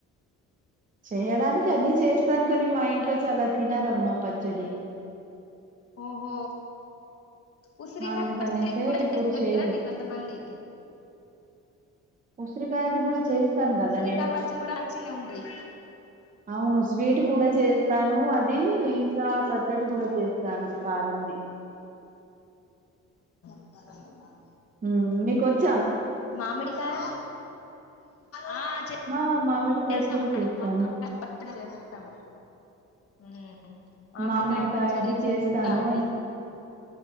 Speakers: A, on the right; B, on the left.
A: చేయడానికి అన్నీ చేస్తాను కాని మా ఇంట్లో చాలా తినరమ్మా పచ్చడి
B: ఓహో ఉసిరి
A: అందుకనేసే
B: పచ్చడి కూడా
A: ఇప్పుడు
B: చేస్తారు
A: చేయలే
B: కదండి కొంతమంది
A: ఉసిరికాయది కూడా చేస్త్ త్తాను కదా
B: ఉసిరికాయ
A: నేను
B: పచ్చడి కూడా మంచిగానే ఉంటది
A: అవును స్వీట్ కూడా చేస్తాను. అద్ ది ఇంకా పచ్చడి కూడా చేస్తాను కారం ది
B: కదా <unintelligible>
A: హ్మ్ మీకోచ్
B: మామిడికాయ ఆ చె
A: మా మామిడికాయది
B: చేసిన
A: కూడా చేస్తాను
B: మా <unintelligible> పచ్చడి చేసినం మ్మ్ మ్ ఆమిడికాయ
A: మామిడికాయది
B: పచ్చడి
A: చేస్తాను
B: చేసుకుట అండి